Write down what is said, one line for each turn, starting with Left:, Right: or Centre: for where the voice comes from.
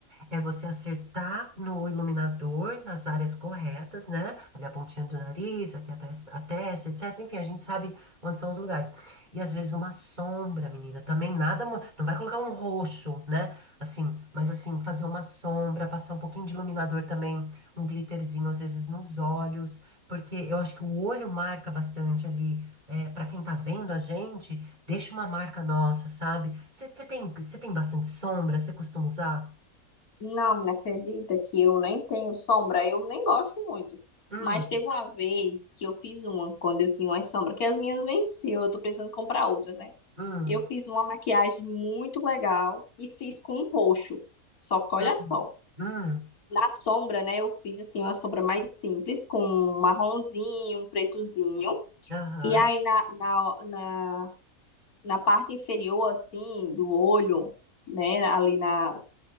Right: é você acertar no iluminador, nas áreas corretas, né? Ali a pontinha do nariz, aqui a testa, a testa, etc. Enfim, a gente sabe onde são os lugares. E às vezes uma sombra, menina, também nada. mu- Não vai colocar um roxo, né? Assim, mas assim, fazer uma sombra, passar um pouquinho de iluminador também, um glitterzinho às vezes nos olhos, porque eu acho que o olho marca bastante ali. É, para quem tá vendo a gente, deixa uma marca nossa, sabe? Você tem, você tem bastante sombra, você costuma usar?
Left: Não, me acredita que eu nem tenho sombra, eu nem gosto muito.
Right: Hum,
Left: Mas teve uma vez que eu fiz uma, quando eu tinha uma sombra que as minhas venceu, eu tô precisando comprar outras, né?
Right: hum,
Left: Eu fiz uma maquiagem muito legal e fiz com roxo. Só que olha
Right: hum,
Left: só,
Right: hum.
Left: na sombra, né, eu fiz assim uma sombra mais simples, com um marronzinho, um pretozinho.
Right: Aham.
Left: E aí na, na, na, na parte inferior, assim, do olho, né, ali na,